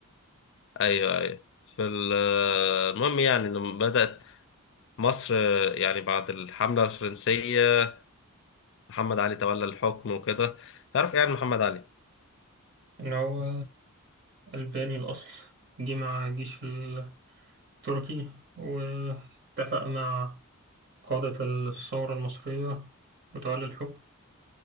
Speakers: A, on the left (about 55°); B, on the right (about 50°).
A: أيوه أيوه في ال- آه، المهم يعني لما بدأت مصر آه، يعني بعد الحملة الفرنسية محمد علي تولى الحكم وكده تعرف ايه عن محمد علي؟
B: إن هو ألباني الأصل جه مع الجيش التركي واتفق مع قادة الثورة المصرية وتولي الحكم